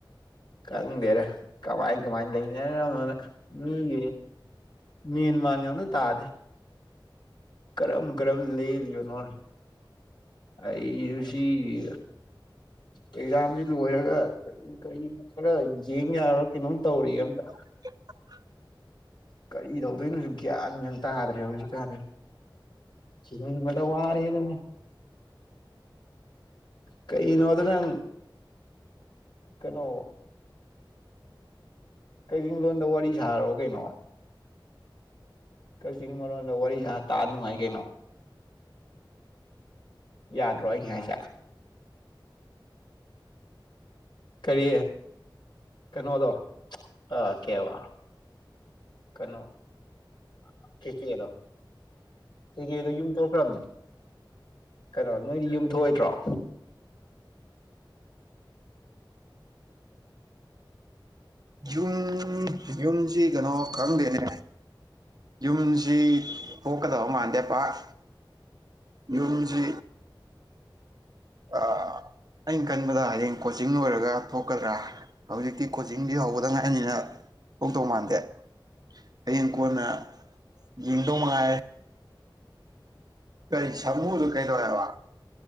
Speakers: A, on the left; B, on the right.
A: ꯈꯪꯗꯦꯗ ꯀꯃꯥꯏ ꯀꯃꯥꯏ ꯂꯩꯅꯒ꯭ꯔꯕꯅꯣꯅ ꯃꯤꯉꯩ ꯃꯦꯟ ꯃꯥꯟꯒ ꯑꯃꯇ ꯇꯥꯗꯦ ꯀꯔꯝ ꯀꯔꯝ ꯂꯦꯜꯂꯤꯕꯅꯣ ꯑꯩꯁꯨ ꯁꯤꯒꯤ ꯑꯦꯛꯖꯥꯝꯁꯤ ꯂꯣꯏꯔꯒ ꯀꯔꯤ ꯀꯔꯤ ꯈꯔ ꯌꯦꯡ ꯌꯥꯕ ꯀꯩꯅꯣꯝ ꯇꯧꯔꯤꯒꯦ ꯑꯝꯇ
B: <inaudible>
A: ꯀꯔꯤ ꯇꯧꯗꯣꯏꯅꯣꯁꯨ ꯒ꯭ꯌꯥꯟ ꯒ ꯇꯥꯗ꯭ꯔꯦ ꯍꯧꯖꯤꯛꯀꯥꯟꯁꯦ ꯍꯤꯡꯕꯗ ꯋꯥꯔꯦꯁꯤꯅꯤꯅꯦ ꯀꯩꯅꯣꯗ ꯅꯪ ꯀꯩꯅꯣ <unintelligible> ꯋꯥꯔꯤ ꯁꯥꯔꯕ꯭ꯔꯥ ꯀꯩꯅꯣ ꯀꯛꯆꯤꯡ ꯃꯔꯣꯟꯗ ꯋꯥꯔꯤ ꯁꯥ ꯇꯥ ꯅꯨꯡꯉꯥꯏ ꯀꯩꯅꯣ ꯌꯥꯗ꯭ꯔꯣ ꯑꯩꯅ ꯍꯥꯏꯁꯦ ꯀꯔꯤ ꯀꯩꯅꯣꯗꯣ ꯑꯥ ꯀꯩꯕ ꯀꯩꯅꯣ ꯑ ꯀꯦꯀꯦꯗꯣ ꯀꯦꯀꯦꯗꯣ ꯌꯨꯝ ꯊꯣꯛꯈ꯭ꯔꯝꯅꯦ ꯀꯩꯅꯣ ꯅꯣꯏꯗꯤ ꯌꯨꯝ ꯊꯣꯛꯑꯣꯏꯗ꯭ꯔꯣ
B: ꯌꯨꯝ ꯌꯨꯝꯁꯤ ꯀꯩꯅꯣ ꯈꯪꯗꯦꯅꯦ ꯌꯨꯝꯁꯤ ꯊꯣꯛꯀꯗꯕ ꯃꯥꯟꯗꯦ ꯄꯥꯛ ꯌꯨꯝꯁꯤ ꯑꯥ ꯑꯩꯅ ꯈꯟꯕꯗ ꯍꯌꯦꯡ ꯀꯣꯆꯤꯡ ꯂꯣꯏꯔꯒ ꯊꯣꯛꯀꯗ꯭ꯔꯥ ꯍꯧꯖꯤꯛꯇꯤ ꯀꯣꯆꯤꯡꯗꯤ ꯍꯧꯕꯗ ꯉꯥꯏꯃꯤꯅ ꯊꯣꯛꯇꯧ ꯃꯥꯟꯗꯦ ꯍꯌꯦꯡ ꯀꯣꯟꯅ ꯌꯦꯡꯗꯧ ꯃꯉꯥꯏꯔꯦ ꯀꯔꯤ ꯁꯥꯃꯨꯗꯣ ꯀꯩꯗꯧꯋꯦ ꯍꯥꯏꯕ